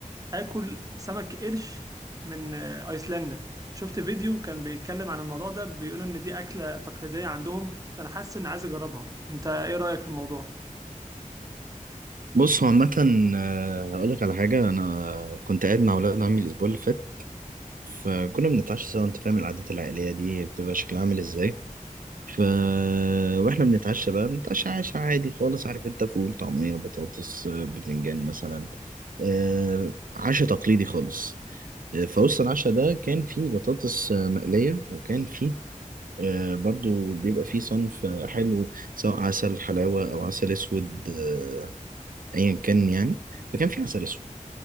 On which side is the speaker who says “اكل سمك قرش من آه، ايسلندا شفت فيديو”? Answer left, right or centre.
Right